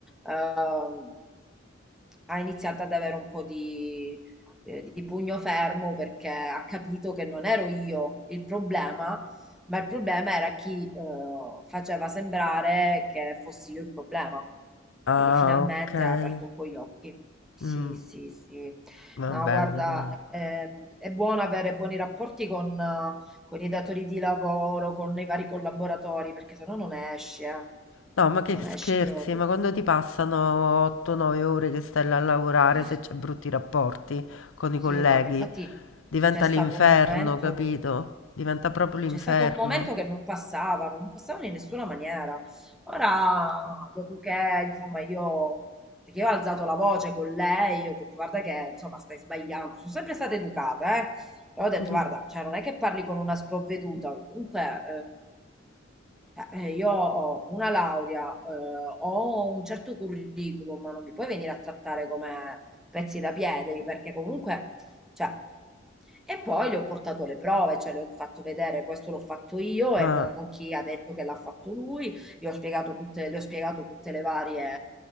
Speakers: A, in the centre; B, on the left.
A: ehm, ha iniziato ad avere un po' di, eh, di pugno fermo perché ha capito che non ero io il problema, ma il problema era chi eh, faceva sembrare che fossi io il problema.
B: Ah,
A: Quindi finalmente
B: okay.
A: ha aperto un po' gli occhi. Sì,
B: Mh,
A: sì, sì.
B: va
A: No,
B: bene,
A: guarda,
B: dai.
A: ehm, è buono avere buoni rapporti con, eh, con i datori di lavoro, con i vari collaboratori, perché sennò non esci, eh.
B: No, ma che
A: Non
B: scherzi,
A: esci proprio.
B: ma quando ti passano 8-9 ore che stai là a lavorare
A: Eh,
B: se c'è brutti rapporti con i
A: sì,
B: colleghi,
A: no, ma infatti
B: diventa
A: c'è stato
B: l'inferno,
A: un momento.
B: capito? Diventa proprio l'inferno.
A: C'è stato un momento che non passavano, non passavano in nessuna maniera. Ora, dopo che, insomma, io, perché io ho alzato la voce con lei, ho detto, guarda che, insomma, stai sbagliando. Sono sempre stata educata, eh. Però ho detto,
B: <laughs>
A: guarda, cioè, non è che parli con una sprovveduta. Comunque, eh, cioè, eh, io ho una laurea, eh, ho un certo curriculum, ma non mi puoi venire a trattare come pezzi da piede, perché comunque... Cioè, e poi le ho portato le prove, cioè le ho fatto vedere questo l'ho fatto io
B: Ah,
A: e non chi ha detto che l'ha fatto lui, gli ho spiegato tutte, le ho spiegato tutte le varie,